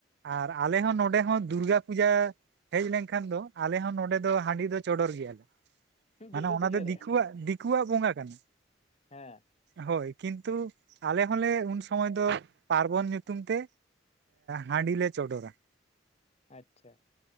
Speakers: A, on the right; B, on the left.
A: ᱟᱨ ᱟᱞᱮ ᱦᱚᱸ ᱱᱚᱰᱮ ᱦᱚᱸ ᱫᱩᱨᱜᱟ ᱯᱩᱡᱟᱹ ᱦᱮᱡ ᱞᱮᱱ ᱠᱷᱟᱱ ᱫᱚ ᱟᱞᱮ ᱦᱚᱸ ᱱᱚᱰᱮ ᱫᱚ ᱦᱟᱹᱰᱤ ᱫᱚ ᱪᱚᱰᱚᱨ ᱜᱮᱭᱟᱞᱮ᱾
B: ᱦᱩᱸ
A: ᱢᱟᱱᱮ
B: ᱫᱩᱨᱜᱟᱹ
A: ᱚᱱᱟ
B: ᱯᱩᱡᱟᱹ
A: ᱫᱚ ᱫᱤᱠᱩᱣᱟᱜ
B: ᱨᱮ
A: ᱫᱤᱠᱩᱣᱟᱜ ᱵᱚᱸᱜᱟ ᱠᱟᱱᱟ᱾
B: ᱦᱮᱸ
A: ᱦᱳᱭ ᱠᱤᱱᱛᱩ ᱟᱞᱮ ᱦᱚᱸᱞᱮ ᱩᱱ ᱥᱚᱢᱚᱭ ᱫᱚ ᱯᱟᱨᱵᱚᱱ ᱧᱩᱛᱩᱢ ᱛᱮ ᱦᱟᱹᱰᱤ ᱞᱮ ᱪᱚᱰᱚᱨᱟ᱾
B: ᱟᱪᱪᱷᱟ